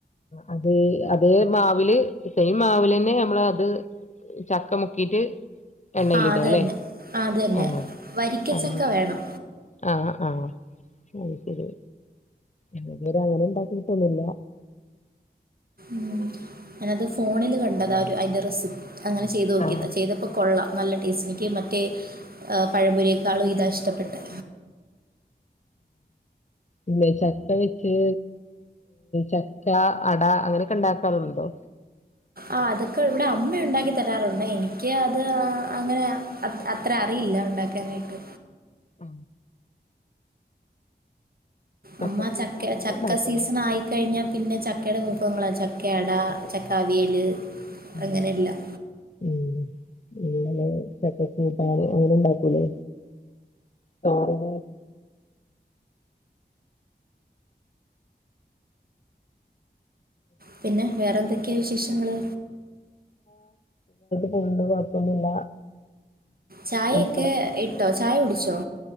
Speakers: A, on the left (about 40°); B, on the right (about 55°).
A: അതേ അതേ മാവില് സെയിം മാവ് ലെന്നെ ഞമ്മള് അത് ചക്ക മുക്കിട്ട് എണ്ണയിലിടാല്ലേ.
B: ആ അത് തന്നെ ആ അത് തന്നെ
A: ആഹ്
B: വരിക്കച്ചക്ക
A: ആഹ്
B: വേണം
A: ആഹ് ആഹ് അഹ് ശരി തുവരെ അങ്ങനെ ഇണ്ടാക്കിട്ടൊന്നുല്ല
B: ഉംഹ് ഞാനത് ഫോണില് കണ്ടതാ ഒരു അയ്ന്റെ റെസിപ് അങ്ങനെ ചെയ്ത് നോക്കിയതാ
A: ആഹ്
B: ചെയ്തപ്പ കൊള്ളാം നല്ല ടേസ്റ്റ്. എനിക്ക് മറ്റേ പഴപൊരിയേക്കാളും ഇതാ ഇഷ്ടപ്പെട്ടെ
A: പിന്നെ ചക്ക വെച്ച് ചക്ക അട അങ്ങനെയൊക്കെ ണ്ടാക്കാറുണ്ടോ?
B: ആഹ് അതൊക്കെ ഇവടെ അമ്മ ഉണ്ടാക്കി തരാറുണ്ട് എനിക്ക് അത് അങ്ങനെ അ ത് അത്ര അറിയില്ല ഉണ്ടാക്കാനായിട്ട്
A: ആ, ചക്ക
B: അമ്മ
A: കൂട്ടാന്
B: ചക്കെ
A: അങ്ങനെ
B: ചക്ക
A: ഉണ്ടാക്കൂലേ
B: സീസനായി കഴിഞ്ഞാ പിന്നെ ച ചക്കേട വിഭവങ്ങളാ ചക്കയട
A: അതെ
B: ചക്ക അവിയല്
A: ഉം
B: അങ്ങനെയെല്ലാം
A: ഉം ഇങ്ങനെ ചക്ക കൂട്ടാന് അങ്ങനെ ഇണ്ടാക്കൂലേ തോരന്
B: പിന്നെ വേറെന്തൊക്കെയാ വിശേഷങ്ങള്?
A: കൊണ്ട് കൊഴപ്പൊന്നുല്ല
B: ചായ
A: മക്കള്
B: ഒക്കെ ഇട്ടോ? ചായ കുടിച്ചോ?